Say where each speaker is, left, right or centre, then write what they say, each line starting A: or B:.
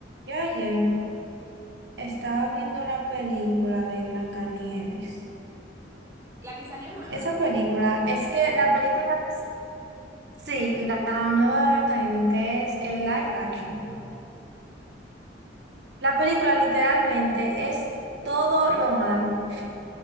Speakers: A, on the right; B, on the right.
A: Yo ayer estaba viendo la película de Blancanieves.
B: La que salió nueva.
A: Esa
B: <laughs>
A: película, es que la película es, sí, la, la nueva de Blancanieves, que es el live action. La película literalmente es todo lo malo.